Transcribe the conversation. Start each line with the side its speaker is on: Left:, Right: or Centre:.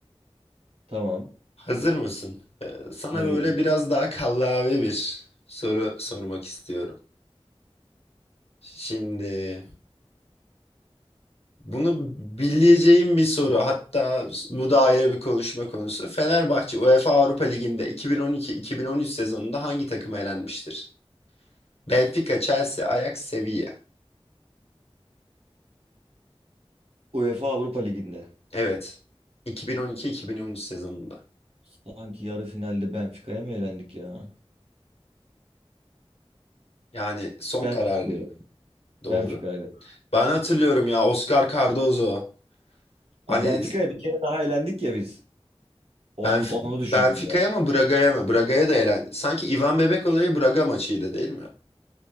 Right: Tamam.
Left: Hazır mısın? Eee, sana
Right: Hazırım.
Left: böyle biraz daha kallavi bir soru sormak istiyorum. Şimdi Bunu bileceğim bir soru. Hatta bu da ayrı bir konuşma konusu. Fenerbahçe UEFA Avrupa Ligi'nde 2012-2013 sezonunda hangi takım elenmiştir? Benfica, Chelsea, Ajax, Sevilla.
Right: UEFA Avrupa Ligi'nde.
Left: Evet. 2012-2013 sezonunda.
Right: Sanki yarı finalde Benfica'ya mı elendik ya?
Left: Yani son
Right: Benfica
Left: kararın
Right: diyorum.
Left: doğru.
Right: Benfica evet.
Left: Ben hatırlıyorum ya Oscar Cardozo.
Right: Ha,
Left: Hani
Right: Benfica'ya bir kere daha elendik ya biz. Onu,
Left: Benf
Right: onu düşündüm
Left: Benfica'ya
Right: yani.
Left: mı Braga'ya mı? Braga'ya da elen. Sanki Ivan Bebek olayı Braga maçıydı değil mi?